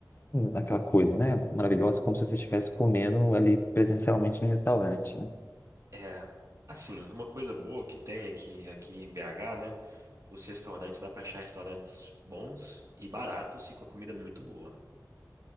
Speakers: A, on the left; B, on the right.
A: é aquela coisa, né? Maravilhosa, como se você estivesse comendo ali presencialmente no restaurante, né?
B: é, assim, uma coisa boa que tem aqui, aqui em BH, né? Os restaurantes, dá pra achar restaurantes bons e baratos e com a comida muito boa.